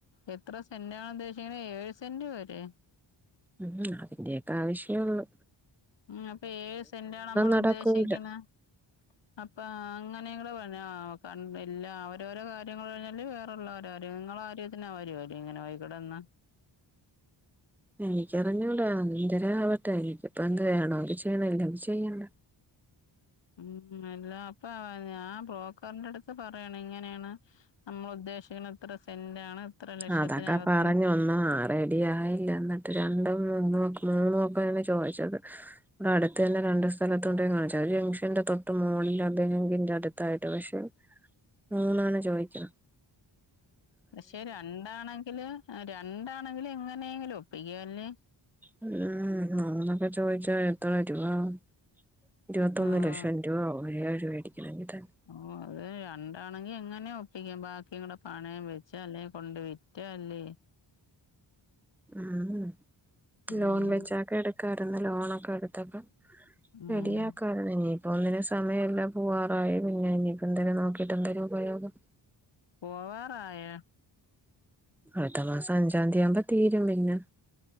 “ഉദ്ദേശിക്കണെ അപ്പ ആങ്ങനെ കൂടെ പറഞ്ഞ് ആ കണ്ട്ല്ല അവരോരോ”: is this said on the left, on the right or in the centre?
Left